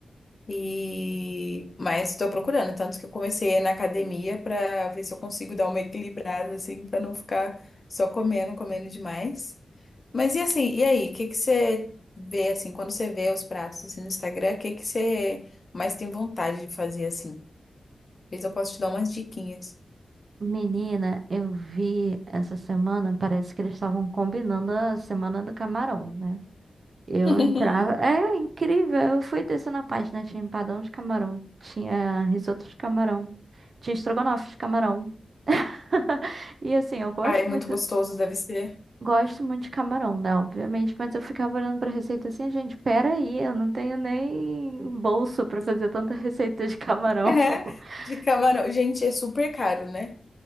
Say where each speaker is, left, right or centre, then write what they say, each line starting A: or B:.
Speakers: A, on the left (about 40°); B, on the right (about 50°).
A: e mas estou procurando, tanto que eu comecei na academia para ver se eu consigo dar uma equilibrada assim, para não ficar só comendo, comendo demais. Mas e assim, e aí, o que que você vê assim, quando você vê os pratos assim no Instagram, o que que você mais tem vontade de fazer assim? Talvez eu possa te dar umas diquinhas.
B: Menina, eu vi essa semana, parece que eles estavam combinando a semana do camarão, né? Eu
A: <laughs>
B: entrava. É incrível, eu fui descendo a página, tinha empadão de camarão, tinha risoto de camarão, tinha estrogonofe de camarão. <laughs> E assim, eu gosto
A: Ah, é muito
B: muito.
A: gostoso, deve ser.
B: Gosto muito de camarão, né? Obviamente, mas eu ficava olhando pra receita assim, gente, pera aí, eu não tenho nem bolso pra fazer tanta <laughs> receita de camarão.
A: <laughs>
B: <laughs>
A: De camarão. Gente, é super caro, né?